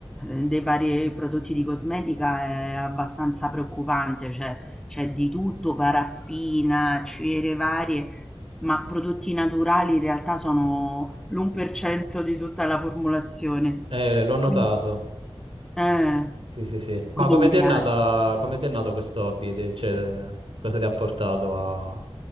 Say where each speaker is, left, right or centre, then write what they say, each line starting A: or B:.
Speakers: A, in the centre; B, on the right (about 60°).
A: eh, dei vari prodotti di cosmetica è abbastanza preoccupante, cioè c'è di tutto, paraffina, cere varie. Ma prodotti naturali in realtà sono l'1% di tutta la formulazione.
B: Eh, l'ho notato.
A: Quindi eh,
B: Sì, sì, sì. Ma
A: quindi
B: come
A: mi
B: ti
A: piace.
B: è nata, come ti è nato questo hobby? Ti- Cioè, eh, cosa ti ha portato a,